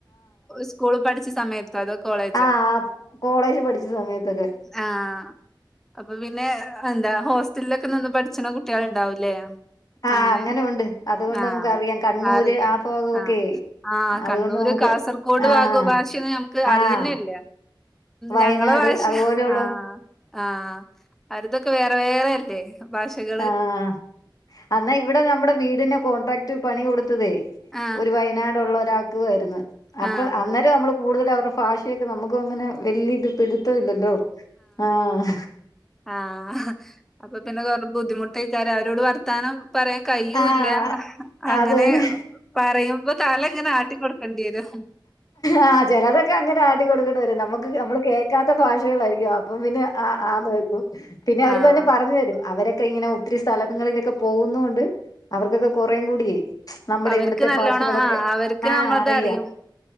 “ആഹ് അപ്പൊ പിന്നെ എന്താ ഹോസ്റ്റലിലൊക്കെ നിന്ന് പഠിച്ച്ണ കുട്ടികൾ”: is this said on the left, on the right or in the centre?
Centre